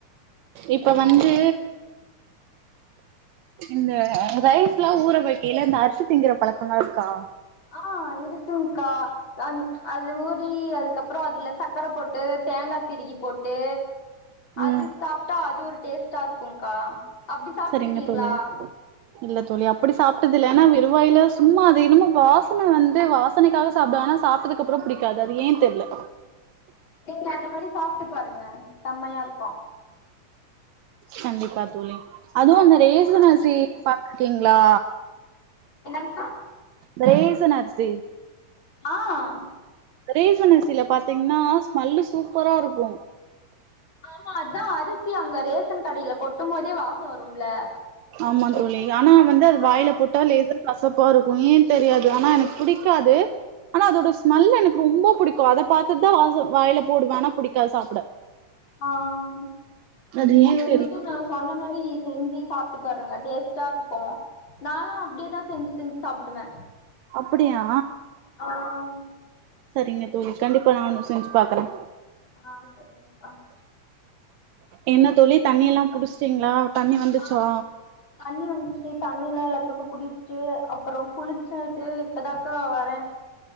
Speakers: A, on the right (about 70°); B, on the left (about 35°).
A: இப்ப வந்து இந்த ரைஸ் எல்லா ஊற வைக்கைல இந்த அரிசி திங்கிற பழக்கோ எல்லா இருக்கா
B: ஆஹ் இருக்குங்கா அ அது ஊறி அதுக்கப்புறோ அதுல சக்கரை போட்டு தேங்கா திருகி போட்டு
A: ம்
B: அது சாப்பிட்டா அது ஒரு டேஸ்டா இருக்கும்கா அப்படி சாப்ட்டு
A: சரிங்க
B: இருக்கீங்ளா
A: தோழி இல்ல தோழி அப்படி சாப்பிட்டது இல்ல ஏன்னா வெரும்வாயில சும்மா அது என்ன வாசனை வந்து வாசனைக்காக சாப்பிடு ஆனா சாப்பிட்டதுக்கு அப்புறம் பிடிக்காது அது ஏன் தெரியல
B: நீங்க அந்த மாதிரி சாப் பாருங்க செம்மையா இருக்கும்
A: கண்டிப்பா தோழி அதுவு
B: அரிசி
A: அந்த ரேசன்
B: ஊற வச்சு
A: அரிசி பா கீங்ளா
B: என்னங்க்கா
A: ரேசன் அரிசி
B: ஆஹ்
A: ரேசன் அரிசில பாத்தீங்கனா ஸ்மெல்லு சூப்பரா இருக்கும்
B: ஆமா அதா அரிசி அங்க ரேஸ் சன் கடையில கொட் டும் போதே வாசோ வரும்ல
A: ஆமா தோழி ஆனா வந்து அது
B: ஆ
A: வாய்ல போட்ட லேச கசப்பா இருக்கு ஏன் தெரியாது ஆனா எனக்கு பிடிக்காது ஆனா அதோட ஸ்மெல் எனக்கு ரொம்ப பிடிக்கு அத பாத்துட்டு தா வாச வாயில போடுவே ஆனா புடிக்காது சாப்ட
B: ஆஹ்
A: அது
B: நீங்க
A: ஏன்
B: வந்துட்டு
A: தெரில
B: நா சொன்ன மாரி செஞ்சு சாப்ட்டு பாருங்க டேஸ்ட்டா இருக்கும் நாலா அப்டியேதா செஞ்சு செஞ்சு சாப்டுவே
A: அப்புடியா
B: ஆஹ்
A: செரிங்க தோழி கண்டிப்பா நானு செஞ்சு பாக்கறே
B: ஆஹ் செரிங்கக்கா
A: என்ன தோழி தண்ணி எல்லா புடிச்சிட்டீங்களா தண்ணி வந்துச்சா
B: ஆஹ் தண்ணி வந்துச்சு தண்ணில்லா இல்ல இடுப்பு புடிச்சு அப்பறோ குளிச்சுட்டு இப்பதாக்கா வ பே